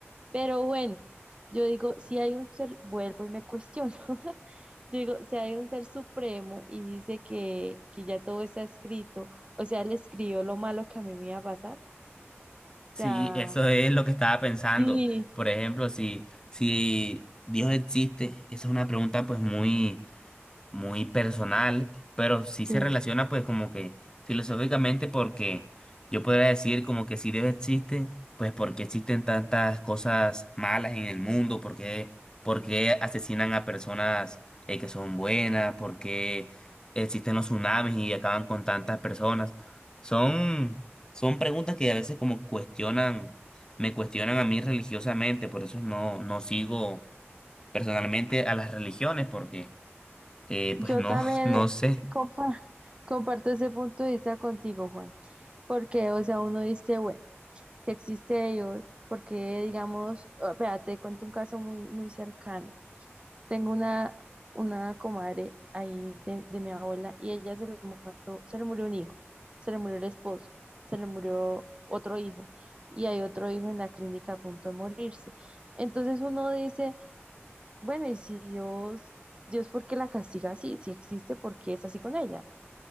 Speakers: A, on the right (about 25°); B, on the left (about 15°).
A: Pero bueno, yo digo, si hay un ser, vuelvo y me cuestiono, <laughs> yo digo, si hay un ser supremo y dice que, que ya todo está escrito, o sea, él escribió lo malo que a mí me iba a pasar, o
B: Sí,
A: sea,
B: eso es lo que estaba pensando.
A: sí,
B: Por ejemplo, si, si Dios existe, esa es una pregunta pues muy muy personal, pero sí se
A: sí.
B: relaciona pues como que filosóficamente porque yo podría decir como que si Dios existe, pues por qué existen tantas cosas malas en el mundo, por qué, por qué asesinan a personas eh, que son buenas, por qué existen los tsunamis y acaban con tantas personas. Son, son preguntas que a veces como cuestionan, me cuestionan a mí religiosamente, por eso no, no sigo personalmente a las religiones porque... Eh,
A: Yo
B: pues no,
A: también
B: <laughs> no sé.
A: compa- <laughs> comparto ese punto de vista contigo, Juan, porque, o sea, uno dice, bueno, si existe Dios, porque, digamos, ah, vea, te cuento un caso muy, muy cercano. Tengo una, una comadre ahí de, de mi abuela y ella se le muerto, se le murió un hijo, se le murió el esposo, se le murió otro hijo y hay otro hijo en la clínica a punto de morirse. Entonces uno dice bueno, y si Dios, Dios, ¿por qué la castiga así? Si existe, ¿por qué es así con ella?